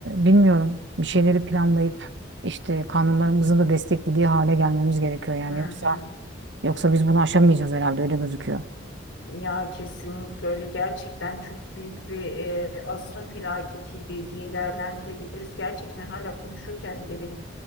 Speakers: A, on the right; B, on the left.
A: bilmiyorum bir şeyleri planlayıp işte kanunlarımızın da desteklediği hale gelmemiz gerekiyor yani
B: Hı hı.
A: yoksa yoksa biz bunu aşamayacağız herhalde öyle gözüküyor.
B: Ya kesinlikle öyle gerçekten çok büyük bir e, asrın felaketiydi diye değerlendirebiliriz. Gerçekten hala konuşurken bile benim